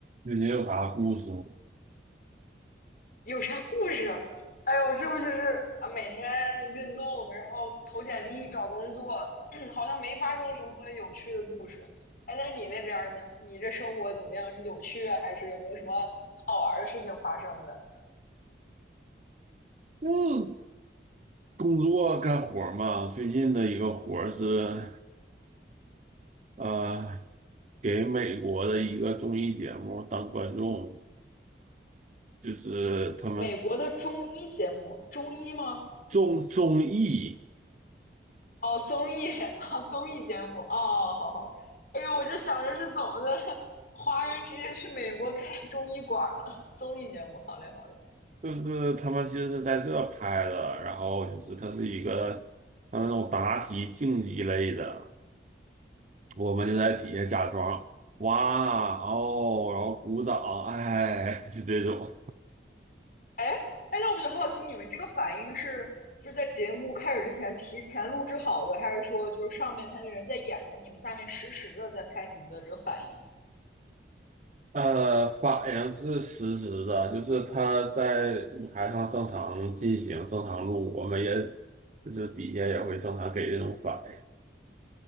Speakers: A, on the right (about 40°); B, on the left (about 50°).
A: 最近有啥故事吗
B: 有啥故事？哎呦，这不就是啊，每天运动，然后投简历、找工作，<clears throat> 好像没发生什么特别有趣的故事。哎，那你那边儿呢？你这生活怎么样？是有趣啊，还是有没有什么好玩儿的事情发生的？
A: 嗯，工作干活儿嘛，最近的一个活儿是，呃，给美国的一个综艺节目当观众，就是他们
B: 美国的中医节目，中医吗？
A: 综综艺，
B: 哦，综艺，<laughs> 哦，综艺节目，哦，好好。哎呦，我就想着是怎么的，<laughs> 华人直接去美国开中医馆儿了，综艺节目，好嘞，好嘞。
A: 就是他们其实是在这拍的，然后就是它是一个他们那种答题竞技类的，我们就在底下假装哇哦，然后鼓掌，哎，<laughs> 就这种。
B: 哎哎，那我比较好奇，你们这个反应是就是在节目开始之前提前录制好的，还是说就是上面他那人在演着，你们下面实时的在拍你们的这个反应？
A: 呃，反应是实时的，就是他在舞台上正常进行、正常录，我们也就是底下也会正常给这种反应，